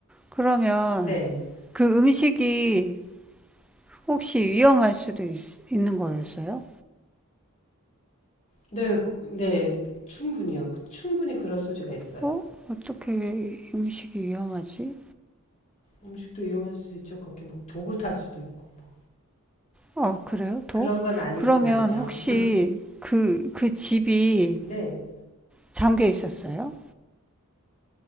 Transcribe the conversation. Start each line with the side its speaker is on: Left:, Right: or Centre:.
Centre: 그러면
Left: 네.
Centre: 그 음식이 혹시 위험할 수도 있, 있는 거였어요?
Left: 네. 그- 네. 충분히요. 충분히 그럴 소지가 있어요.
Centre: 어? 어떻게 음식이 위험하지?
Left: 음식도 위험할 수 있죠. 거기 막 독을 탈 수도 있고 뭐.
Centre: 아, 그래요? 독?
Left: 그런 건 아니지만요.
Centre: 그러면 혹시 그, 그 집이
Left: 네.
Centre: 잠겨 있었어요?